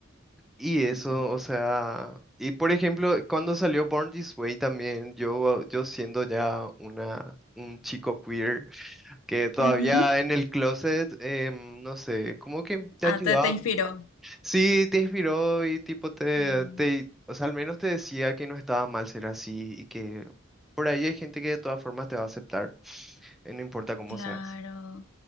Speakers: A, in the centre; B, on the left (about 85°).
A: Y eso, o sea, y por ejemplo, cuando salió Born This Way también, yo, yo siendo ya una, un chico queer que todavía
B: Ujú.
A: en el closet, em, no sé, como que te
B: Ah,
A: ayudaba.
B: te, te inspiró.
A: Sí, te inspiró y tipo te,
B: Sí.
A: te, o sea, al menos te decía que no estaba mal ser así y que por ahí hay gente que de todas formas te va a aceptar, eh, no importa cómo
B: Claro.
A: seas.